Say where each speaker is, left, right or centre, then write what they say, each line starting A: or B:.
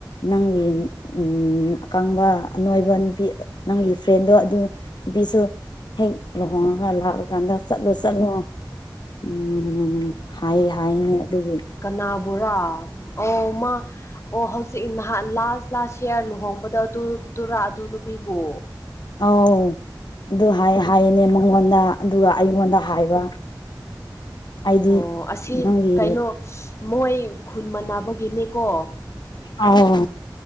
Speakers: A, on the left; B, on the left.
A: ꯅꯪꯒꯤ ꯎ ꯑꯀꯪꯕ ꯑꯅꯣꯏꯕ ꯅꯨꯄꯤ ꯅꯪꯒꯤ ꯐ꯭ꯔꯦꯟꯗꯣ ꯑꯗꯨ ꯕꯤ ꯍ ꯂꯍꯣ <inaudible> ꯂꯥꯛꯑꯀꯥꯟꯗ ꯆꯠꯂꯣ ꯆꯠꯂꯣ ꯎꯝꯝ ꯍꯥꯏ ꯍꯥꯏꯅꯦ ꯑꯗꯨꯒꯤ
B: ꯀꯅꯥꯕꯨꯔꯥ ꯑꯣ ꯃꯥ ꯑꯣ ꯍꯧꯖꯤꯛ ꯅꯍꯥꯟ ꯂꯥꯁ ꯂꯥꯁ ꯏꯌꯥꯔ ꯂꯨꯍꯣꯡꯕꯗꯣ ꯑꯗꯨ ꯇꯨꯔ ꯑꯗꯨ ꯅꯨꯄꯤꯕꯨ
A: ꯑꯥꯎ ꯑꯗꯨ ꯍꯥꯏ ꯍꯥꯏꯌꯦꯅꯦ ꯃꯉꯣꯟꯗ ꯑꯗꯨꯒ ꯑꯩꯉꯣꯟꯗ ꯍꯥꯏꯕ ꯑꯩꯗꯤ
B: ꯑꯣ ꯑꯁꯤ
A: ꯅꯪꯒꯤ
B: ꯀꯩꯅꯣ ꯃꯣꯏ ꯈꯨꯟ ꯃꯅꯥꯕꯒꯤꯅꯦꯀꯣ
A: ꯑꯥꯎ